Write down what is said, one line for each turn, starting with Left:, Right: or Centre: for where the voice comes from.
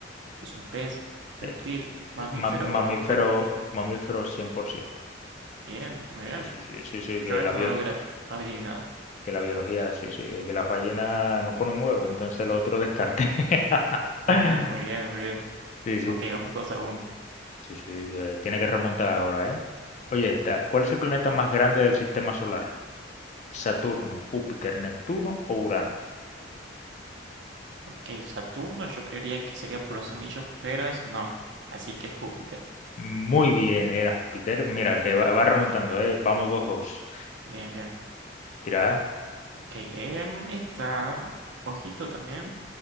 Right: ¿Es un pez, reptil,
Left: Eh,
Right: mamífero
Left: eh, ma- mamífero,
Right: o anfibio?
Left: mamífero 100%.
Right: Bien,
Left: Sí,
Right: muy
Left: sí,
Right: bien.
Left: sí, sí, sí, sí,
Right: Yo
Left: que
Right: esto
Left: la bio-
Right: no lo hubiera fi- adivinado.
Left: que la biología, sí, sí, eh, que las ballenas no ponen huevo, entonces lo otro descarte. <laughs>
Right: <laughs> Ajá, muy bien, muy bien.
Left: Sí, sí,
Right: Ok, vamos dos a uno.
Left: sí, sí, que tiene que remontar ahora, ¿eh? Oye, esta, ¿cuál es el planeta más grande del sistema solar? ¿Saturno, Júpiter, Neptuno o Urano?
Right: Ok, Saturno yo creería que sería por los anillos, pero eso no. Así que Júpiter.
Left: Muy bien, era Júpiter. Mira, que va, va remontando, ¿eh? Vamos dos dos
Right: Bien, bien.
Left: Tira.
Right: Ok, em, esta, ojito también.